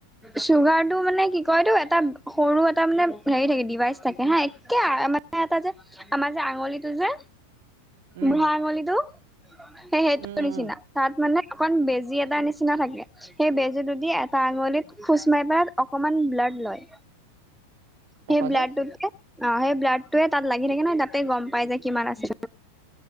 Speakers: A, in the centre; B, on the right.
A: চুগাৰটো মানে কি কয়টো এটা সৰু এটা মানে হেৰি থাকে ডিভাইচ থাকে হা এক্কে আ <unintelligible> এ এটা যে আমাৰ যে আঙুলিটো যে
B: উম
A: বুঢ়া আঙুলিটো সেই সেইটো
B: উম
A: <unintelligible>
B: উম
A: নিচিনা।
B: উম
A: তাত মানে অকন বেজি এটাৰ নিচিনা থাকে। সেই বেজীটোদি এটা আঙুলিত খোচ মাৰি পাদ অকমান ব্লাড লয়।
B: তাৰপাছত
A: সেই ব্লাদতো অ সেই ব্লাডটোৱে তাত লাগি থাকে ন তাতেই গম পাই যে কিমান আছে।